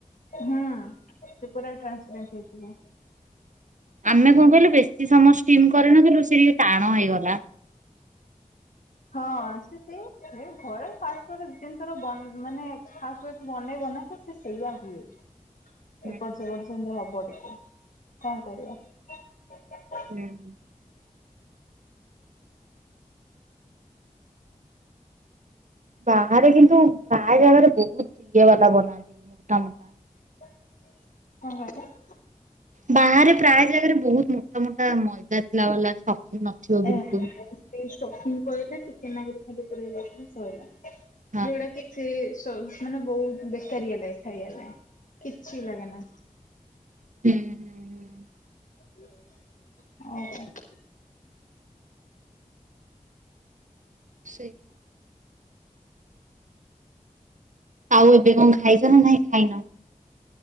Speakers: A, on the left; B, on the right.
A: ହୁଁ ସେ ପୁରା ଟ୍ରାନ୍ସପେଣ୍ଟ ହେଇଯିବ।
B: ଆମେ କଁ କହିଲୁ ବେଶୀ ସମୟ ଷ୍ଟିମ୍ କରିନ ଥିଲୁ ସେ ଟିକେ ଟାଣ ହେଇଗଲା।
A: ହଁ ସେ ସେଇ ଘରେ ପାଷ୍ଟ ଦି, ତିନି ଥର ମାନେ ଫାଷ୍ଟରେ ବନେଇବ ନାଁ ଉଁ ସେ ସେଇଆ ହୁଏ।
B: ହୁଁ।
A: ଏପଟ୍ ସେପଟ୍ ସେମିତି ହବ ଟିକେ କଣ କରିବା?
B: ହୁଁ। ବାହାରେ କିନ୍ତୁ ପ୍ରାଏ ଜାଗାରେ ବହୁତ ଇଏ ବାଲା ବନାନ୍ତି ମୋଟା ମୋଟା।
A: କଣ କହିଲ?
B: ବାହାରେ ପ୍ରାଏ ଜାଗାରେ ବହୁତ ମୋଟା ମୋଟା ମଇଦା ଥିଲା ବଲା ଷ୍ଟଫିନ ନଥିବ
A: ଏ
B: ବିଲକୁଲ୍।
A: ସେଇ ସ୍ଟଫିଙ୍ଗ୍ କହିଲେ ଟିକେ ନାଗୁରୁ ଖାଲି ପୁରେଇ ଦେଲେ ସଇଲା।
B: ହଁ ହୁଁ
A: ଯୋଉଟା କିଛି ସେ ଯୋଉ ମାନେ ବହୁତ୍ ବେକାରିଆ ଲାଗେ ଖାଇବା ପାଇଁ କିଛି ଲାଗେ ନା।
B: ଉଁହୁଁ, ହୁଁ, ହୁଁ।
A: ଅହ।
B: ସେଈ। ଆଉ ଏବେ କଣ ଖାଇଛ ନା ନାଇଁ ଖାଇନ?